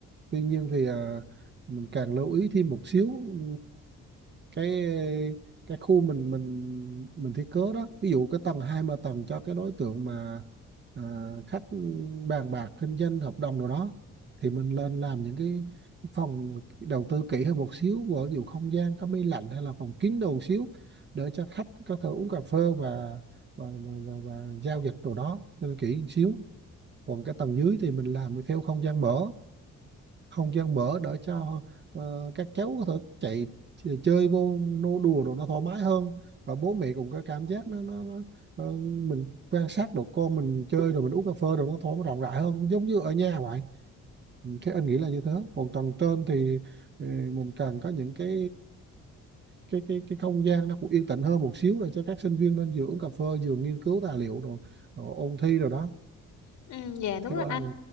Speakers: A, on the right; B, on the left.
A: tuy nhiên thì à, mình càng lưu ý thêm một xíu ừ, cái cái khu mình mình mình thiết kế đó ví dụ cái tầng hai mà tầng cho cái đối tượng mà à, khách bàn bạc kinh doanh hợp đồng rồi đó thì mình lên làm những cái phòng đầu tư kỹ hơn một xíu ví dụ không gian có máy lạnh hay là phòng kín đầu xíu để cho khách có thể uống cà phê và và, và, và, và giao dịch đồ đó nên kỹ một xíu còn cái tầng dưới thì mình làm theo không gian mở không gian mở để cho ờ, các cháu có thể chạy ch- chơi vô nô đùa đồ nó thoải mái hơn và bố mẹ cũng có cảm giác nó nó, nó ờ, mình quan sát đồ con mình chơi rồi mình uống cà phê rồi nó thoải mái rộng rãi hơn giống như ở nhà vậy Ừ, thế anh nghĩ là như thế còn tầng trên thì ờ, mình cần có những cái cái cái cái không gian nó cũng yên tĩnh hơn một xíu để cho các sinh viên nên vừa uống cà phê vừa nghiên cứu tài liệu rồi, rồi ôn thi rồi đó
B: Ừ, dạ đúng
A: theo
B: rồi
A: anh
B: anh.